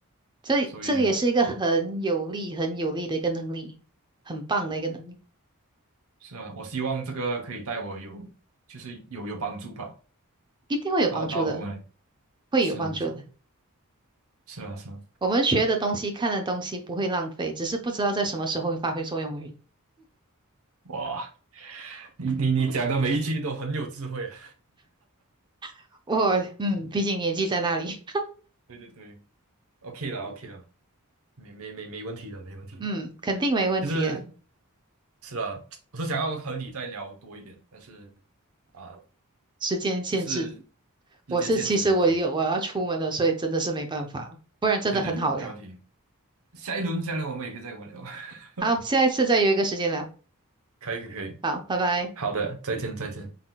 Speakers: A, on the right; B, on the right.
A: 这这个也是一个很有利、
B: 所以
A: 很有利的一个能力，很棒的一个能力，
B: 是啊，我希望这个可以带我有就是有有帮助吧。
A: 一定会有帮助的，
B: 然后到后来
A: 会有帮助的。
B: 是是是啊是啊，
A: 我们学的东西、看的东西不会浪费，只是不知道在什么时候会发挥作用而已。
B: 哇，你你你讲的每一句都很有智慧啊。
A: <laughs> 我嗯，毕竟年纪在那里，
B: 对对对，OK 了 OK 了，没没没没问题的，没问题的。
A: <laughs> 嗯，肯定没问题的。
B: 就是是的我是想要和你再聊多一点，但是啊、
A: 时间限制，
B: 就是时间限制，
A: 我是其实我有我要出门了，
B: 真的。
A: 所以真的是没办法，不然真的很好聊。
B: 对对对，没问题。下一轮，下一轮我们也可以再玩聊。<laughs>
A: 好，下一次再约一个时间聊。
B: 可以可以，可以
A: 好，拜拜。
B: 好的，再见再见。